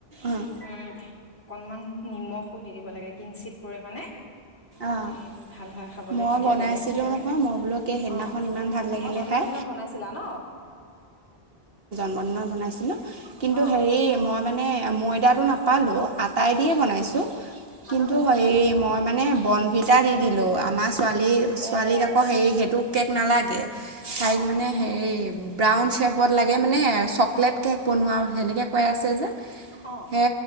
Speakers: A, on the right; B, on the left.
A: অ',
B: উম অকনমান নিমখো দি দিব লাগে কিঞ্চিত পৰিমাণে
A: অ',
B: এ ভাল হয় খাবলে
A: মই
B: তেতিয়া
A: বনাইছিলোঁ
B: বেলেঞ্চ হয় আৰু,
A: নহয় মই বোলো কি সেইদিনাখন
B: অ
A: ইমান ভাল লাগিলে
B: অ জন্মদিনত
A: খাই
B: বন নাছিলা ন
A: বনত বনাইছিলো কিন্তু
B: অ',
A: হেৰি মই মানে ময়দাটো নাপালোঁ আটাই দিয়ে বনাইছোঁ <unintelligible>
B: আটাটো
A: কিন্তু
B: হেল
A: হেৰি
B: দি মানে
A: মই
B: অ ভাল
A: বনভিটা দি দিলোঁ আমাৰ ছোৱালী ছোৱালীক
B: অ',
A: আকৌ সেই সেইটো কেক নালাগে <unintelligible>
B: অ',
A: তাইক মানে হেৰি ব্ৰাউন চেফত লাগে মানে চকলেট কেক বনোৱা সেনেকৈ কৈ আছে যে
B: অ',
A: সে